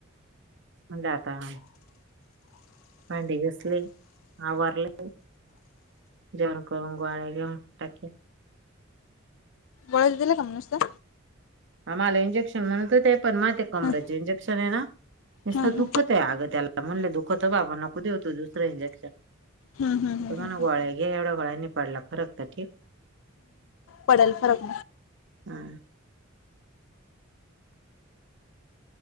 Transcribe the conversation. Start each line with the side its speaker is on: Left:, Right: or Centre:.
Right: म्हणलं आता भांडी घासले आवरलं. जेवन करून गोळ्या घेऊन टाकले
Left: गोळ्याच दिल्या का मग नुसत्या?
Right: हा मला इंजेक्शन म्हणत होते. पण माते कमर्याचे
Left: हम्म
Right: इंजेक्शन आहे ना? नुसतं
Left: हम्म
Right: दुःखतय अगं त्याला. म्हणले दुखत ह बाबा नको देऊ तू दुसरं इंजेक्शन.
Left: हा हा ह
Right: तो म्हणे
Left: ह
Right: गोळ्या
Left: ह.
Right: घे एवढा गोळ्यांनी पडला फरक तर ठीक.
Left: पडल फरक.
Right: हा.